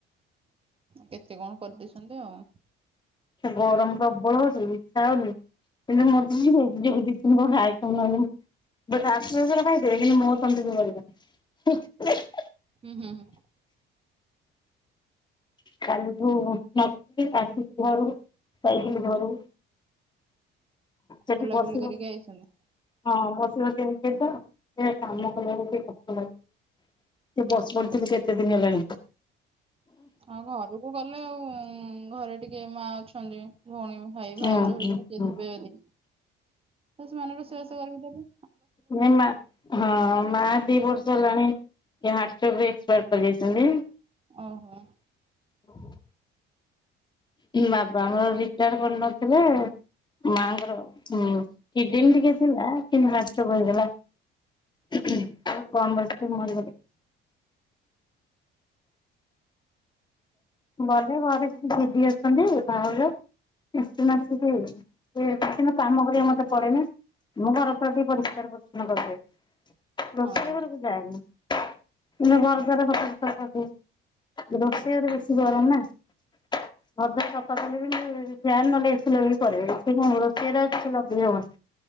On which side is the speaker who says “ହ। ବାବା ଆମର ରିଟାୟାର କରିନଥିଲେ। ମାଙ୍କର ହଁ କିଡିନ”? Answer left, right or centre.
Left